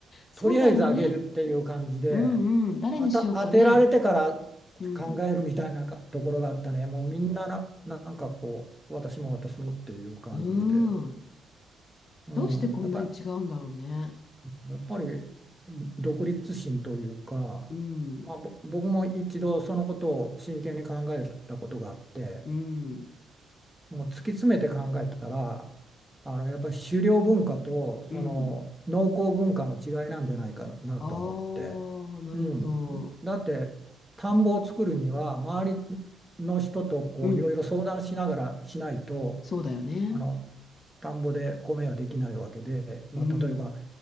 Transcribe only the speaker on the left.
そうだよね。
うんうん。誰にしようかね。
うん。
うん。
どうしてこんなに違うんだろうね。
うん。
うん。
うん。ああ、なるほど。
うん。そうだよね。
うん。